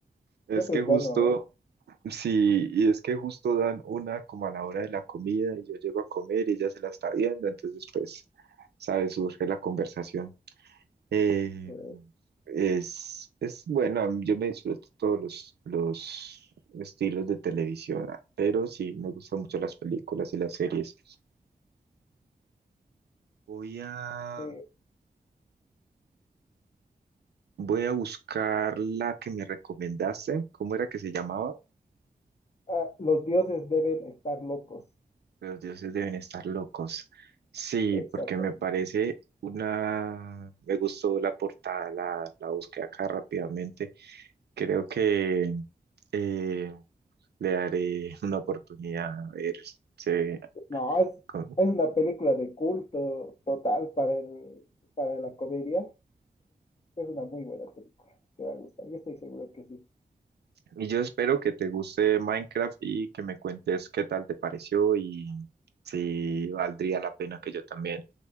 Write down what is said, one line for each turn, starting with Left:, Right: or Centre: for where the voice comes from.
Right: Es
Left: siempre
Right: que
Left: es
Right: justo,
Left: bueno, ¿no?
Right: sí, y es que justo dan una como a la hora de la comida y yo llego a comer y ella se la está viendo, entonces pues, sabes, surge la conversación. Eh,
Left: Sí,
Right: es, es bueno, yo me disfruto todos los, los estilos de televisión, ah, pero sí me gustan mucho las películas y las series. Voy a,
Left: sí.
Right: voy a buscar la que me recomendaste. ¿Cómo era que se llamaba?
Left: Ah, los dioses deben estar locos,
Right: Los dioses deben estar locos. Sí,
Left: exactamente.
Right: porque me parece una... Me gustó la portada, la, la busqué acá rápidamente. Creo que eh, le daré una oportunidad a ver. se-
Left: No, es,
Right: con-
Left: es una película de culto total para el, para la comedia. Es una muy buena película, te va a gustar, yo estoy seguro que sí.
Right: Y yo espero que te guste Minecraft y que me cuentes qué tal te pareció y si valdría la pena que yo también